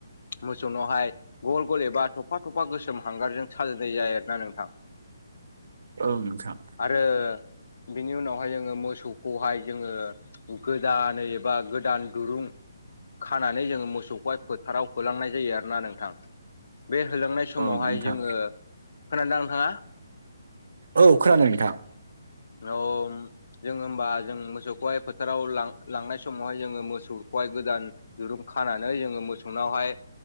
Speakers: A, on the left; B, on the right.
A: मोसौनावहाय गल गल एबा थफा थफा गोसोम हांगारजों साजायनाय जायो आरोना नोंथां।
B: ओं नोंथां।
A: आरो बिनि उनावहाय जोङो मोसौखौहाय जोङो गोदानै एबा गोदान दुरुं खानानै जोङो मोसौखौहाय फोथाराव होलांनाय जायो आरोना नोंथां। बे होलांनाय बे समावहाय
B: ओं नोंथां
A: जोङो, खोनादों ना नोंथाङा?
B: औ खोनादों नोंथां।
A: <unintelligible> जोङो होमबा जों मोसौखौहाय फोथाराव लां-लांनाय समावहाय जोङो मोसौखौहाय गोदान दिरुं खानानै जोङो मोसौनावहाय